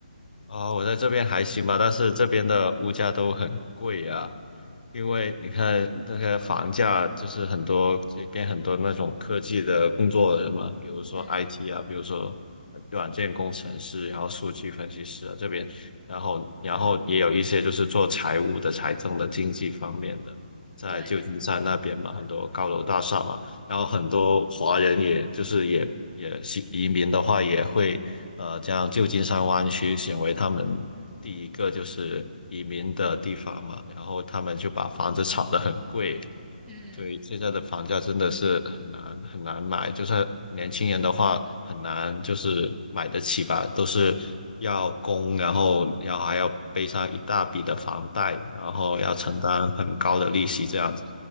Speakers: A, on the left; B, on the right.
A: 啊、我在这边还行吧，但是这边的物价都很贵呀、因为你看那个房价，就是很多这边很多那种科技的工作人嘛，比如说
B: 嗯，
A: IT 啊，比如说软件工程师，然后数据分析师啊这边，然后然后也有一些就是做财务的、财政的、经济方面的，在旧金山那边嘛，
B: 对，
A: 很多高楼大厦嘛，然后很多华人也就是也也是移民的话，也会呃将旧金山湾区选为他们第一个就是移民的地方嘛，然后他们就把房子炒得很贵，
B: 嗯，
A: 对，现在的房价真的是很难很难买，就是年轻人的话很难就是买得起吧，都是要供，然后要还要背上一大笔的房贷，然后要承担很高的利息这样子。
B: 是的，